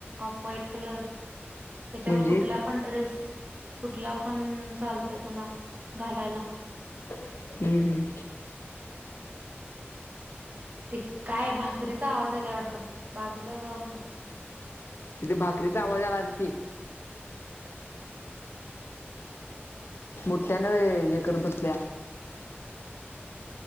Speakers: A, on the right (about 40°); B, on the left (about 65°).
A: ऑफ व्हाईट कलर त्याच्यावर
B: म्हणजे
A: कुठला पण ड्रेस कुठला पण चालतंय तुला घालायला
B: हम्म हम्म
A: ते काय भाकरीचा आवाज यायला आवडत बाजूला जाऊन
B: थे भाकरीचा आवाज आहेला त मोठठ्यान हे करत बसल्या